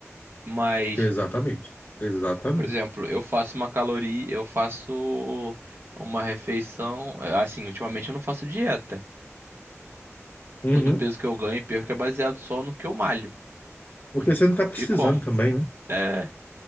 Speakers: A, on the right (about 55°); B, on the left (about 40°).
A: Mas,
B: Exatamente. Exatamente.
A: por exemplo, eu faço uma caloria, eu faço uma refeição. é, Assim, ultimamente eu não faço dieta.
B: Uhum.
A: Todo o peso que eu ganho e perco é baseado só no que eu malho.
B: Porque
A: Hum,
B: você não tá precisando
A: E como?
B: também, né?
A: É.